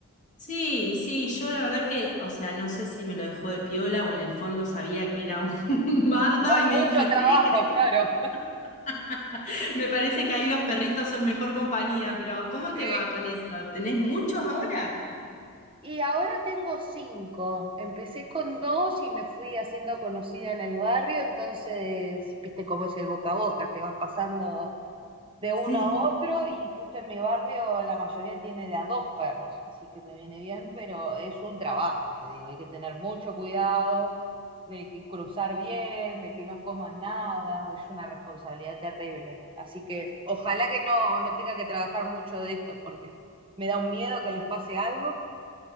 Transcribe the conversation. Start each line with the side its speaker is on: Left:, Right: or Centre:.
Left: Sí, sí, yo la verdad que, o sea, no sé si me lo dejó de piola o en el fondo sabía que era un <laughs> bardo
Right: Con
Left: y me
Right: mucho
Left: dijo, che,
Right: trabajo,
Left: ¿querés?
Right: claro.
Left: <laughs> Me parece que ahí los perritos son mejor compañía, pero ¿cómo
Right: Sí.
Left: te va con eso? ¿Tenés muchos ahora?
Right: Y ahora tengo cinco. Empecé con dos y me fui haciendo conocida en el barrio, entonces, viste cómo es el boca a boca, te vas pasando de uno
Left: Sí.
Right: a otro y justo en mi barrio la mayoría tiene de a dos perros, así que me viene bien, pero es un trabajo, te digo, hay que tener mucho cuidado de que cruzar bien, de que no coman nada, es una responsabilidad terrible. Así que ojalá que no, no tenga que trabajar mucho de esto porque me da un miedo que les pase algo.